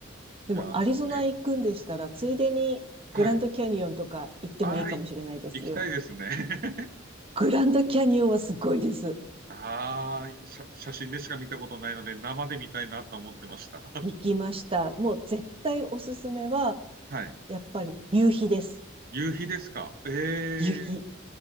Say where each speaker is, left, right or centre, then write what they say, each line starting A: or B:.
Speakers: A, on the right (about 30°); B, on the right (about 50°).
A: でも、
B: いや、
A: アリゾナ行くんでしたら、
B: ええ、
A: ついでにグランドキャニオンとか行ってもいいかもしれないですよ。
B: はい。ああ、い行きたいですね。<laughs>
A: グランドキャニオンはすごいです。
B: ああ、写、写真でしか見たことないので、生で見たいなと思ってました。<laughs>
A: 行きました。もう絶対おすすめは、
B: はい。
A: やっぱり夕日です。
B: 夕日ですかえ
A: 夕日。
B: え